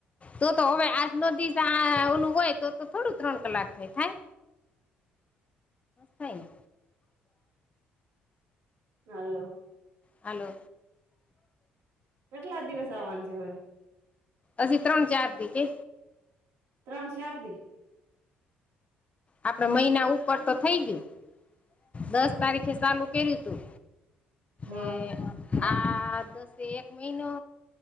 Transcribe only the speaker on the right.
હાલો
કેટલા દિવસ આવવાનું છે હવે
ત્રણ ચાર દી
એવું
છે
હા